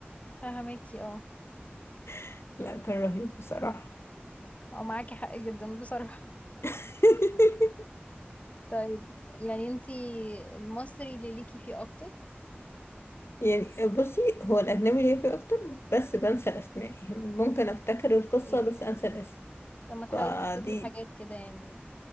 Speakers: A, on the left; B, on the left.
A: فهماكي اه
B: <laughs> لا كان رهيب بصراحة
A: او معاكي حق جدا بصراحة <laughs>
B: <laughs>
A: طيب يعني انتي المصري اللي ليكي فيه اكتر
B: يعني بصي هو الأجنبي ليا فيه أكتر بس بنسى الأسماء يعني ممكن أفتكر القصة
A: ايه
B: بس أنسى الاسم
A: طب ما تحاولي
B: فدي
A: تفتكري حاجات كده يعني